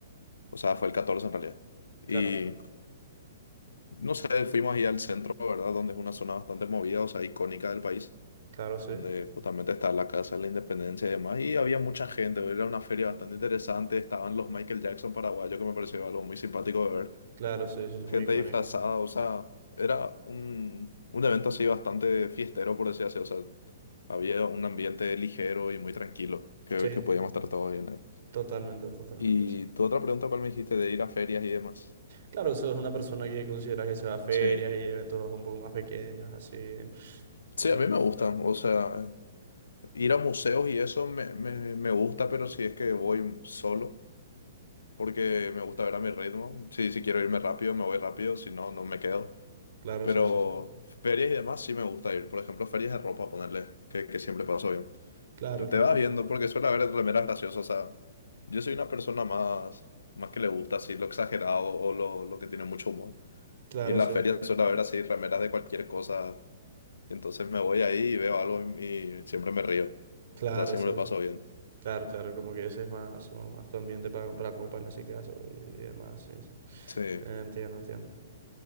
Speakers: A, on the left (about 85°); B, on the right (about 65°).
A: O sea, fue el 14 en realidad. Y
B: claro,
A: no sé, fuimos ahí al centro, ¿verdad? Donde es una zona bastante movida, o sea, icónica del país,
B: claro, sí,
A: donde justamente está la Casa de la Independencia y demás. Y había mucha gente, era una feria bastante interesante. Estaban los Michael Jackson paraguayos, que me pareció algo muy simpático de ver.
B: claro, sí, sí, es muy
A: Gente
B: icónico.
A: disfrazada, o sea, era un, un evento así bastante fiestero, por decir así. O sea, había un ambiente ligero y muy tranquilo, que,
B: Sí,
A: que podíamos estar todos bien ahí.
B: totalmente, totalmente,
A: Y
B: sí.
A: tu otra pregunta, ¿cuál me dijiste de ir a ferias y demás?
B: Claro, eso es una persona que consideras que se va a ferias
A: Sí.
B: y eventos un poco más pequeños, así.
A: Sí,
B: Y-
A: a mí me gustan, o sea, ir a museos y eso me, me, me gusta, pero si es que voy solo, porque me gusta ver a mi ritmo. Si, si quiero irme rápido, me voy rápido, si no, no me quedo.
B: claro,
A: Pero
B: sí, sí, sí.
A: ferias y demás sí me gusta ir. Por ejemplo, ferias de ropa, ponerle, que, que siempre paso bien.
B: Claro,
A: Te
B: claro.
A: te vas viendo, porque suele haber remeras graciosas. O sea, yo soy una persona más, más que le gusta así lo exagerado o lo, lo que tiene mucho humor.
B: Claro,
A: Y en las
B: sí.
A: ferias suele haber así remeras de cualquier cosa entonces me voy ahí y veo algo y y siempre me río.
B: Claro,
A: O sea, siempre
B: sí,
A: lo paso
B: sí.
A: bien.
B: Claro, claro, como que ese es más, o más tu ambiente para, para copa en ese caso y, y demás, sí, sí.
A: Sí.
B: Entiendo, entiendo.